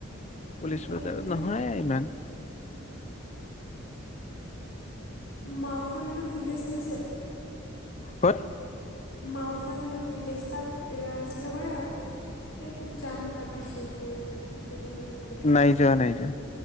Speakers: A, on the left; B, on the left.
A: পুলিচ
B: বাকী
A: বজাৰত
B: এইপিনে
A: নহয়ে ইমান
B: মাফান্লুৰ ভিলেজ শুনিছে
A: ক'ত
B: মাওফানলো ভিলেজ, তাত শ্বিলঙৰে হয়। সেইটোত যাম ভাবিছো, আমি মানে। এইকেইদিনৰ ভিতৰত
A: নাই যোৱা, নাই যোৱা।